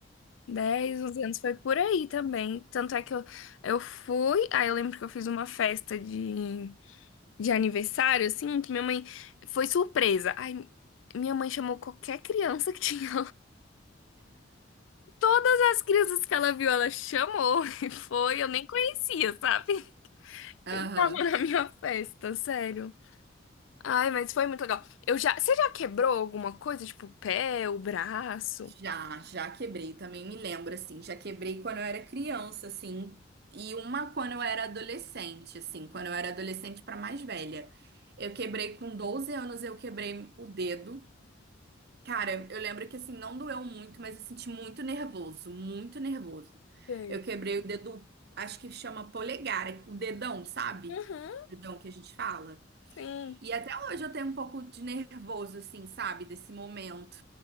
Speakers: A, on the left; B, on the right.
A: 10 11 anos foi por aí também. Tanto é que eu, eu fui, aí eu lembro que eu fiz uma festa de, de aniversário, assim, que minha mãe foi surpresa. Aí minha mãe chamou qualquer criança que tinha Todas as crianças que ela viu, ela chamou <laughs> e foi. Eu nem conhecia, sabe? Quem
B: Aham.
A: tava na minha festa, sério. Ai, mas foi muito legal. Eu já, você já quebrou alguma coisa, tipo o pé, o braço?
B: Já, já quebrei, também me lembro, assim, já quebrei quando eu era criança, assim, e uma quando eu era adolescente, assim, quando eu era adolescente para mais velha. Eu quebrei com 12 anos, eu quebrei o dedo. Cara, eu lembro que, assim, não doeu muito, mas eu senti muito nervoso, muito nervoso.
A: Sei.
B: Eu quebrei o dedo, acho que chama polegar, o dedão, sabe?
A: Uhum,
B: Dedão que a gente fala.
A: sim.
B: E até hoje eu tenho um pouco de nervoso, assim, sabe, desse momento.